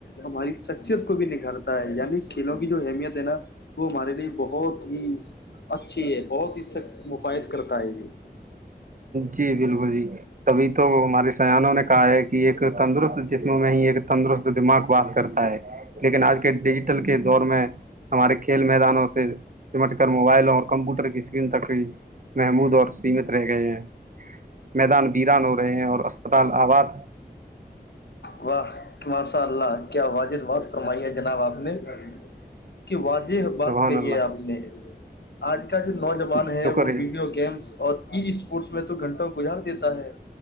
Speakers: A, on the left (about 85°); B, on the right (about 55°).
A: ہماری شخصیت کو بھی نکھارتا ہے یعنی کھیلوں کی جو اہمیت ہے نا وہ ہمارے لیے بہت ہی اچھی ہے بہت ہی مفائد کرتا ہے یہ
B: جی بالکل جی تبھی تو ہمارے سیانوں نے کہا ہے کہ ایک تندرست جسم میں ہی ایک تندرست دماغ واس کرتا ہے لیکن آج کے ڈیجیٹل کے دور میں ہمارے کھیل میدانوں سے سمٹ کر موبائلوں اور کمپیوٹر کی اسکرین تک بھی محمود اور سیمت رہ گئے ہیں میدان ویران ہو رہے ہیں اور اسپتال آباد
A: واہ ماساء اللہ کیا واجد فرمائی ہے جناب آپ نے کہ واضح بات
B: سبحان
A: کہی
B: اللہ
A: ہے آپ نے آج کا جو نوجوان
B: جی
A: ہے
B: شکر
A: وہ ویڈیو گیمس اور ای اسپورٹس میں تو گنٹوں گجھڑ دیتا ہے